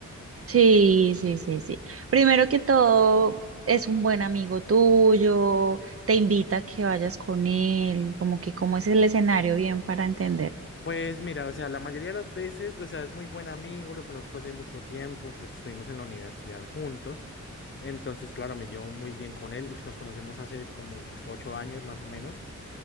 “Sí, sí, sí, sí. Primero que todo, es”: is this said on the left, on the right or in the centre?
Right